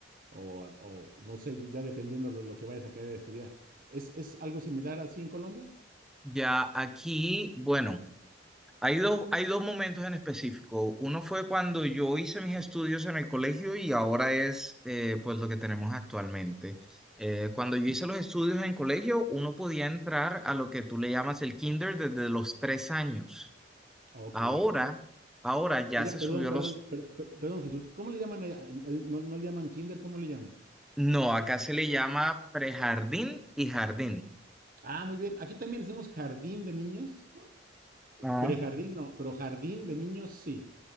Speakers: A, on the right; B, in the centre.
A: o, o no sé, ya dependiendo lo, lo que vayas a querer estudiar. ¿Es, es algo similar así en Colombia?
B: Ya aquí, bueno. Hay dos, hay dos momentos en específico. Uno fue cuando yo hice mis estudios en el colegio y ahora es eh, pues lo que tenemos actualmente. Eh, cuando yo hice los estudios en colegio, uno podía entrar a lo que tú le llamas el kinder desde los tres años.
A: Ok.
B: Ahora, ahora ya
A: Allá,
B: se subió
A: perdón, perdón,
B: los...
A: per- per- perdón, Jesús. ¿Cómo le llaman allá? Eh, eh, ¿No, no le llaman kinder? ¿Cómo le llaman?
B: No, acá se le llama prejardín y jardín.
A: Ah, muy bien. Aquí también le decimos jardín de niños.
B: Ah,
A: Prejardín no, pero jardín de niños sí.